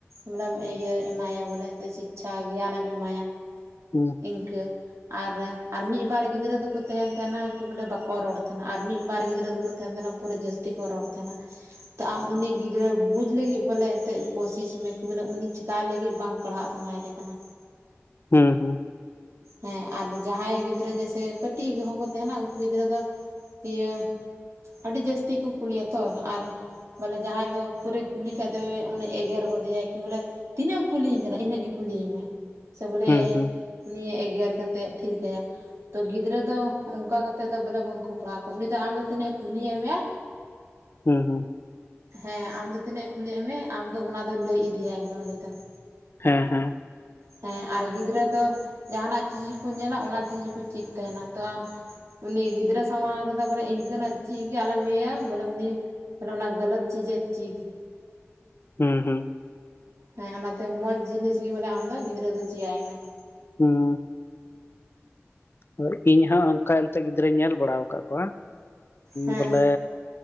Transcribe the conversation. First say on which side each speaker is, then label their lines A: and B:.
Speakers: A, on the right; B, on the left.
A: ᱵᱚᱞᱮ ᱤᱭᱟᱹ ᱮᱢᱟᱭᱟ ᱵᱚᱞᱮ ᱮᱱᱛᱮ ᱥᱤᱪᱪᱷᱟ ᱜᱮᱭᱟᱱᱮᱢ ᱮᱢᱟᱭᱟ ᱾
B: ᱦᱩᱸ ᱾
A: ᱤᱸᱠᱟᱹ, ᱟᱨ ᱟᱨ ᱢᱤᱫ ᱵᱟᱨ ᱜᱤᱫᱽᱨᱟᱹ ᱫᱚᱠᱚᱼᱼ ᱛᱟᱸᱦᱮᱱ ᱛᱟᱸᱦᱮᱱᱟ ᱠᱤ ᱵᱚᱞᱮ ᱵᱟᱠᱚ ᱨᱚᱲ ᱛᱟᱸᱦᱮᱱᱟ ᱟᱨ ᱢᱤᱫ ᱵᱟᱨ ᱜᱤᱫᱽᱨᱟᱹ ᱫᱚᱠᱚ ᱛᱟᱸᱦᱮᱱ ᱛᱟᱸᱦᱮᱱᱟ ᱯᱩᱨᱟᱹ ᱡᱟᱹᱥᱛᱤ ᱠᱚ ᱨᱚᱲ ᱛᱟᱸᱦᱮᱱᱟ ᱾ ᱛᱚ ᱟᱢ ᱩᱱᱤ ᱜᱤᱫᱽᱨᱟᱹ ᱵᱩᱡᱽ ᱞᱟᱹᱜᱤᱫ ᱵᱚᱞᱮ ᱮᱱᱛᱮᱜ ᱠᱳᱥᱤᱥ ᱢᱮ ᱠᱤ ᱵᱚᱞᱮ ᱩᱱᱤᱼᱼ ᱚᱠᱟ ᱞᱟᱹᱜᱤᱫ ᱵᱟᱝ ᱯᱟᱲᱦᱟᱜ ᱥᱟᱱᱟᱭᱫᱮ ᱠᱟᱱᱟ ᱾
B: ᱦᱩᱸ ᱦᱩᱸ ᱾
A: ᱦᱮᱸ ᱟᱨ ᱡᱟᱦᱟᱸᱭ ᱜᱤᱫᱽᱨᱟᱹ ᱡᱮᱭᱥᱮ ᱠᱟᱹᱴᱤᱡ ᱦᱚᱸᱠᱚ ᱛᱟᱸᱦᱮᱱᱟ ᱩᱱᱠᱩ ᱜᱤᱫᱽᱨᱟᱹ ᱫᱚ ᱤᱭᱟᱹᱼᱼ ᱟᱹᱰᱤ ᱡᱟᱹᱥᱛᱤ ᱠᱚ ᱠᱩᱞᱤᱭᱟ ᱛᱚ ᱟᱨᱼᱼ ᱵᱚᱞᱮ ᱡᱟᱦᱟᱸᱭ ᱫᱚ ᱯᱩᱨᱟᱹᱭ ᱠᱩᱞᱤ ᱠᱷᱟᱡ ᱫᱚᱭ ᱩᱱᱤ ᱮᱜᱮᱨ ᱜᱚᱫᱮᱭᱟᱭ ᱠᱤ ᱵᱚᱞᱮᱼᱼ ᱛᱤᱱᱟᱹᱜ ᱮᱢ ᱠᱩᱞᱤᱧ ᱠᱟᱱᱟ ᱤᱱᱟᱹᱜ ᱜᱤ ᱠᱩᱞᱤᱧ ᱢᱮ, ᱥᱮ ᱵᱚᱞᱮ
B: ᱦᱩᱸ ᱦᱩᱸ ᱦᱩᱸ
A: ᱱᱤᱭᱟᱹᱼᱼ ᱜᱮᱨ ᱠᱟᱛᱮᱫ ᱛᱷᱤᱨ ᱠᱟᱭᱟ ᱾ ᱛᱚ ᱜᱤᱫᱽᱨᱟᱹ ᱫᱚ ᱚᱱᱠᱟ ᱠᱟᱛᱮᱜ ᱫᱚ ᱵᱚᱞᱮ ᱵᱟᱝᱠᱩ ᱯᱟᱲᱦᱟᱣ ᱠᱚᱣᱟ, ᱩᱱᱤ ᱫᱚ ᱟᱢ ᱫᱚ ᱛᱤᱱᱟᱹᱜ ᱮ ᱠᱩᱞᱤᱭᱮᱜ ᱢᱮᱭᱟᱭ ᱾ <inaudible>
B: ᱦᱩᱸ ᱦᱩᱸ ᱾
A: ᱦᱮᱸ, ᱟᱢᱫᱚ ᱛᱤᱱᱟᱹᱜ ᱮ ᱠᱩᱞᱤᱭᱮᱫ ᱢᱮᱭᱟᱭ ᱟᱢ ᱫᱚ ᱚᱱᱟ ᱫᱚ ᱞᱟᱹᱭ ᱤᱫᱤᱭᱟᱭ ᱢᱮ ᱩᱱᱤ ᱫᱚ ᱾
B: ᱦᱮᱸ ᱦᱮᱸ
A: ᱦᱮᱸ ᱟᱨ ᱜᱤᱫᱽᱨᱟᱹ ᱫᱚᱼᱼ ᱡᱟᱸᱦᱟᱱᱟᱜ ᱪᱤᱡᱽ ᱜᱮᱠᱚ ᱧᱮᱞᱟ ᱚᱱᱟ ᱪᱤᱡᱽ ᱜᱮᱠᱚ ᱪᱮᱫᱽ ᱛᱟᱸᱦᱮᱱᱟ, ᱛᱚ ᱟᱢᱼᱼ ᱩᱱᱤ ᱜᱤᱫᱽᱨᱟᱹ ᱥᱟᱢᱟᱝ ᱨᱮᱫᱚ ᱵᱚᱞᱮ ᱤᱱᱠᱟᱹᱱᱟᱜ ᱪᱮᱫᱽ ᱜᱮ ᱟᱞᱚᱢ ᱤᱭᱟᱹᱭᱟ, ᱵᱚᱞᱮ ᱩᱱᱤᱼᱼ ᱟᱫᱚ ᱚᱱᱟ ᱜᱚᱞᱚᱛ ᱪᱤᱡᱮ ᱪᱤᱫᱽ ᱾
B: ᱦᱩᱸ ᱦᱩᱸ
A: ᱦᱮᱸ ᱚᱱᱟᱛᱮ ᱢᱚᱸᱡᱽ ᱡᱤᱱᱤᱥ ᱜᱮ ᱵᱚᱞᱮ ᱟᱢ ᱫᱚ ᱜᱤᱫᱽᱨᱟᱹ ᱫᱚ ᱪᱮᱫᱽ ᱟᱭ ᱢᱮ ᱾
B: ᱦᱩᱸ <unintelligible> ᱤᱧ ᱦᱚᱸ ᱚᱱᱠᱟ ᱛᱮ ᱜᱤᱫᱽᱨᱟᱹᱧ ᱧᱮᱞ ᱵᱟᱲᱟᱳ ᱠᱟᱜ ᱠᱚᱣᱟ
A: ᱦᱮᱸ
B: ᱵᱚᱞᱮ